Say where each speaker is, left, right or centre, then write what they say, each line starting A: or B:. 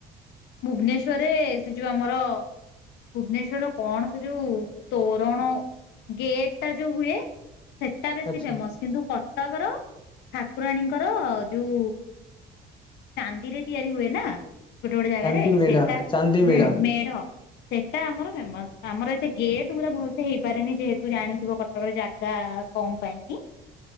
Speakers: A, on the left; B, on the left.
A: ଭୁବନେଶ୍ୱରରେ ସେଯୋଉ ଆମର ଭୁବନେଶ୍ବରର କଣ ସେଯୋଉ ତୋରଣ ଗେଟଟା ଯୋଉ ହୁଏ ସେଟା ବେଶୀ
B: ଆଚ୍ଛା
A: ଫେମସ୍ କିନ୍ତୁ କଟକର ଠାକୁରାଣୀଙ୍କର ଯୋଉ ଚାନ୍ଦିରେ ତିଆରି ହୁଏନା ଗୋଟେ ଗୋଟେ ଜାଗାରେ
B: ଚାନ୍ଦି ମେଢ
A: ସେଟା
B: ଚାନ୍ଦି ମେଢ
A: ହୁଁ ମେଢ଼ ସେଇଟା ଆମର ଫେମସ୍ ଆମର ଏତେ ଗେଟ୍ ଗୁରା ଭଲସେ ହେଇପାରେନି ଯେହେତୁ ଜାଣିଥିବ କଟକରେ ଜାଗା କମ୍ ପାଇଁକି